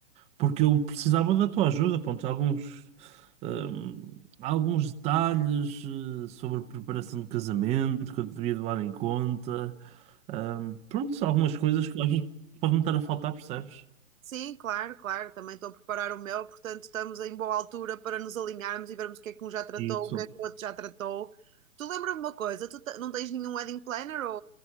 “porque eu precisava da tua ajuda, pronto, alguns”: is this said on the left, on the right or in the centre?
Right